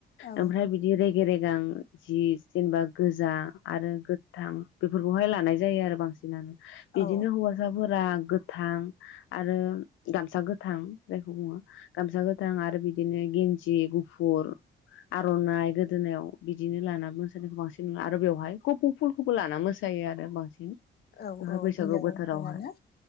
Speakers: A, on the left; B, on the left.
A: औ
B: ओमफ्राय बिदि रेगे रेगां जि जेनेबा गोजा आरो गोथां बेफोरखौहाय लानाय जायो आरो बांसिनानो। बिदिनो
A: औ
B: हौवासाफोरा गोथां आरो गामसा गोथां जायखौ बुङो। गामसा गोथांं आरो बिद दिनो गेन्जि गुफुर आर'नाइ गोदोनायाव बिदिनो लाना मोसानायखौ बांसिन नुयो आरो बेवहाय कपौ फुलखौबो लाना मोसायो आरो बांसिन।
A: औ
B: बेवहाय
A: औ
B: बैसागु
A: हिनजावफोरानो
B: बोथोरावहाय